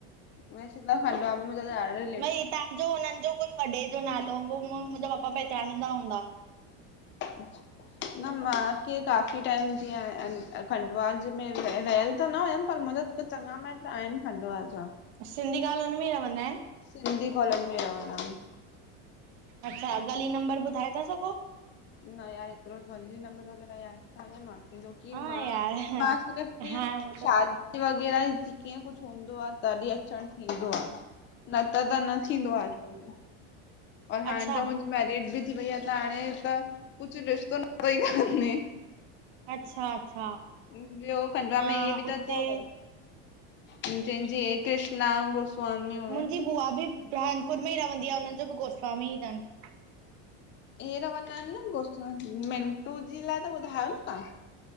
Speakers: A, on the left (about 35°); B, on the right (about 70°).
A: में जिता खंडवा मां <unintelligible>
B: न ई तांजो हुनन जो कोई वॾे जो नालो हूंदो। मुंजा पपा पहचानींदा हूंदा।
A: अच्छा। न मांंखे काफ़ी टाइम जीअं अखंडवाज में रहियल त न हुयमि पर मुंहिंजो त चङा माइट आहिनि खंडवा जा।
B: सिंधी कॉलोनी में ई रवंदा आइनि?
A: सिंधी कॉलोनी में रवंदा इन,
B: अच्छा गली नंबर ॿुधाए ता सघो,
A: न यार एतरो गल्ली नंबर वगैरह याद ह न मांखे जो की
B: हा
A: मां
B: यार
A: कीअ मां कीअं
B: हा उहो
A: शाद
B: त
A: वग़ैरह कीअं कुछ हूंदो आ तॾीं अचणु थींदो आ। न त त न थींदो आ, अचम में।
B: अच्छा
A: और हाणे त मुंहिंजी मेरिड बि थी वई आ त हाणे त कुछ रिश्तो न काने,
B: अच्छा -अच्छा।
A: ॿियो खंडवा
B: अ
A: में इये बि
B: उते
A: त अथव जंहिंजी हे कृष्णा गोस्वामी हुयो
B: मुंहिंजी बुआ बि बुरहानपुर में ई रवंदी आ हुनन जो बि गोस्वामी तनि।
A: इहे रवंदा आइनि न गोस्वामी, मिंटू जी लाइ त ॿुधायो न तां?